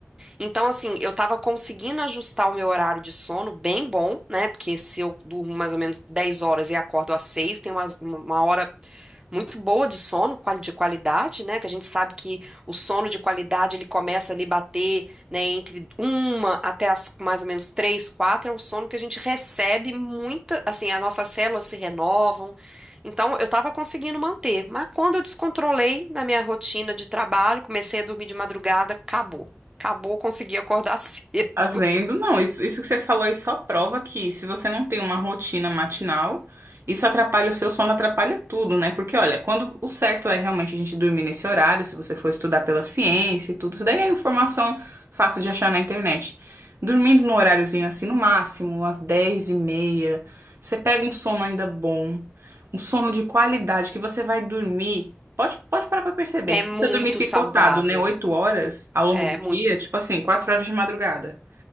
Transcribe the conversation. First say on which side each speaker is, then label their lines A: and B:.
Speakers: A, on the right; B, on the right.
A: Então, assim, eu tava conseguindo ajustar o meu horário de sono bem bom, né? Porque se eu durmo mais ou menos 10 horas e acordo às 6, tem uma, uma hora muito boa de sono, quali- de qualidade, né? Que a gente sabe que o sono de qualidade ele começa ali bater, né, entre uma até as mais ou menos três, quatro, é o sono que a gente recebe muita, assim, as nossas células se renovam. Então, eu estava conseguindo manter, mas quando eu descontrolei na minha rotina de trabalho, comecei a dormir de madrugada, acabou. Acabou, consegui acordar <laughs> cedo.
B: Tá vendo? Não, isso, isso que você falou aí só prova que se você não tem uma rotina matinal, isso atrapalha o seu sono, atrapalha tudo, né? Porque olha, quando o certo é realmente a gente dormir nesse horário, se você for estudar pela ciência e tudo, isso daí é informação fácil de achar na internet. Dormindo num horáriozinho assim, no máximo, às dez e meia, você pega um sono ainda bom, um sono de qualidade que você vai dormir. Pode, pode parar pra perceber.
A: É
B: Se
A: muito
B: você dormir picotado,
A: saudável.
B: né, 8 horas ao longo
A: É
B: do
A: muito.
B: dia, tipo assim, 4 horas de madrugada.